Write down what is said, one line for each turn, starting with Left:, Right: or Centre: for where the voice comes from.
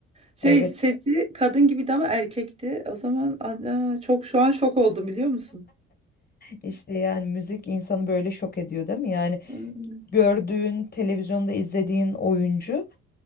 Right: Şey
Left: Evet.
Right: sesi kadın gibiydi ama erkekti. O zaman aa, çok şu an şok oldum biliyor musun?
Left: İşte yani müzik insanı böyle şok ediyor değil mi? Yani
Right: Hmm.
Left: gördüğün, televizyonda izlediğin oyuncu